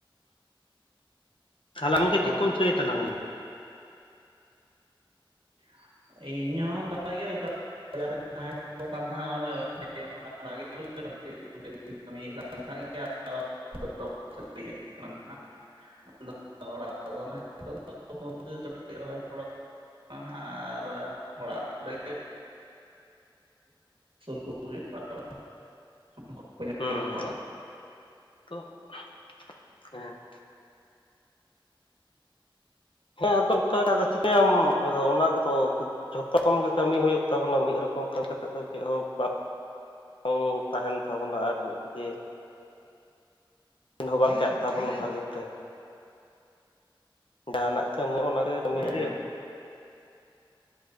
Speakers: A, on the left; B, on the right.
A: <inaudible> ᱛᱟᱦᱞᱮ ᱟᱢᱜᱮ
B: ᱚ
A: ᱪᱮᱫ ᱠᱚᱢ ᱪᱟᱹᱭ ᱛᱟᱞᱟᱝᱟ?
B: <inaudible> ᱤᱧᱦᱚ ᱚᱱᱠᱟ ᱜᱮ <unintelligible> ᱵᱟᱡᱟᱨ ᱨᱮᱧ ᱛᱟᱦᱮᱱᱟ ᱛᱟᱦᱮᱸᱫ ᱵᱚᱞᱮᱮ <unintelligible> <unintelligible> <unintelligible> ᱚᱲᱟᱜ ᱨᱮᱫᱚ ᱱᱟᱜ <unintelligible> <unintelligible> ᱱᱟᱦᱟᱜ ᱟᱨ ᱚᱲᱟᱜ ᱠᱚᱨᱮ <unintelligible> <unintelligible> ᱩᱱᱠᱩ ᱠᱚ ᱡᱚᱢᱟ
A: ᱦᱩᱸ
B: ᱠᱚ
A: <unintelligible> ᱛᱚ <unintelligible> ᱦᱮᱸ ᱦᱮᱸ ᱟᱫᱚ ᱚᱱᱠᱟ ᱜᱮ ᱪᱤᱠᱟᱹᱭᱟᱢ ᱟᱫᱚ ᱚᱱᱟ ᱜᱮᱛᱚ᱾ ᱡᱷᱚᱛᱚ ᱨᱚᱠᱚᱢ ᱜᱮ ᱠᱟᱹᱢᱤ ᱦᱩᱭᱩᱜ ᱛᱟᱵᱚᱱᱟ ᱢᱤᱫ ᱨᱚᱠᱚᱢ ᱠᱟᱹᱢᱤ ᱠᱟᱛᱮᱫ ᱫᱚ ᱪᱮᱫ ᱦᱚᱸ ᱵᱟᱝ <unintelligible> ᱛᱟᱦᱮᱱ ᱛᱟᱵᱚᱱᱟ ᱟᱨ ᱡᱮ ᱫᱤᱱ ᱦᱚᱸ ᱵᱟᱝᱧᱪᱟᱜ ᱛᱟᱵᱚᱱᱟ ᱵᱷᱟᱹᱜᱮ ᱛᱮ ᱾ ᱡᱟᱦᱟᱱᱟᱜ ᱠᱟᱹᱢᱤ ᱚᱱᱟᱜᱮ ᱠᱟᱹᱢᱤᱭ
B: ᱦᱮᱸ
A: ᱜᱮᱭᱟ ᱾